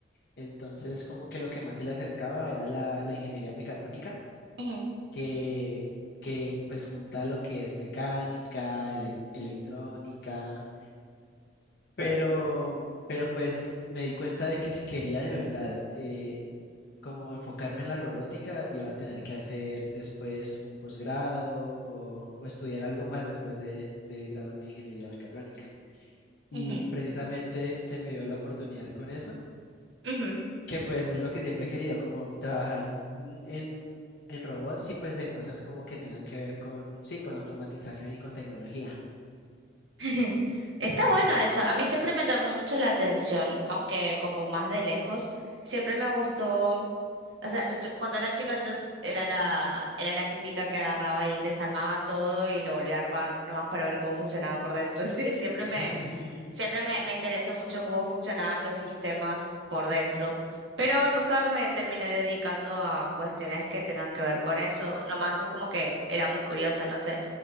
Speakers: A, on the left (about 60°); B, on the right (about 85°).
A: Entonces como que lo que más se le acercaba era la, la ingeniería mecatrónica,
B: Ujú,
A: que, que pues junta lo que es mecánica, elec- electrónica, pero, pero pues me di cuenta de que si quería de verdad eh, como enfocarme en la robótica, iba a tener que hacer después un posgrado o, o estudiar algo más después de, de graduarme de ingeniería mecatrónica. Y
B: ujú.
A: precisamente se me dio la oportunidad con eso,
B: ujú.
A: que pues es lo que siempre he querido, como trabajar en, en en robots y pues en cosas como que tengan que ver con, sí, con automatización y con tecnología.
B: <laughs> Está bueno eso. A mí siempre me llamó mucho la atención, aunque como más de lejos, siempre me gustó. O sea, yo- cuando era chica yo s- era la, era la típica que agarraba y desarmaba todo y lo volvía a armar nomás para ver cómo funcionaba por dentro. <laughs> Sí, siempre
A: <laughs>
B: me, siempre me, me interesó mucho cómo funcionaban los sistemas por dentro, pero nunca me terminé dedicando a cuestiones que tengan que ver con eso. Nomás es como que era muy curiosa, no sé.